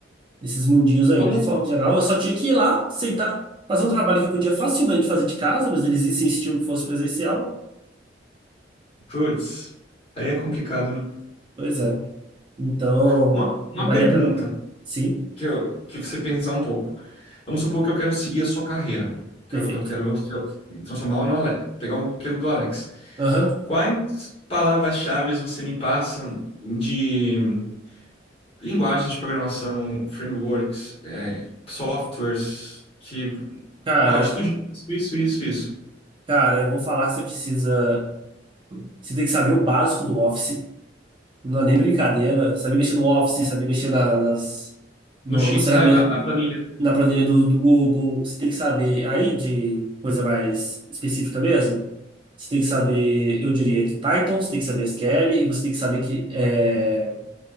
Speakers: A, on the right; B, on the left.
A: esses mundinhos aí.
B: Vamos.
A: De forma geral, eu só tinha que ir lá, sentar, fazer um trabalho que eu podia facilmente fazer de casa, mas eles insistiam que fosse presencial.
B: Putz, aí é complicado, né?
A: Pois é. Então,
B: Uma, uma
A: não valia
B: pergunta
A: a pena, não. Sim,
B: que, eu, que você pensar um pouco. Vamos supor que eu quero seguir a sua carreira. Quero,
A: perfeito.
B: eu quero se eu transformar no Alex, pegar o emprego do Alex.
A: Aham.
B: Quais palavras-chave você me passa de linguagens de programação, frameworks, é, softwares que.
A: Cara,
B: Ó, estude isso, isso, isso, isso.
A: cara, eu vou falar que você precisa. Você tem que saber o básico do Office. Não é nem brincadeira. Saber mexer no Office, saber mexer na- nas, no-
B: Nos sheets,
A: nas ferramentas,
B: né? Na, na planilha.
A: na planilha do, do Google. Você tem que saber aí de coisa mais específica mesmo. Você tem que saber, eu diria que Python, você tem que saber SQL e você tem que saber que é,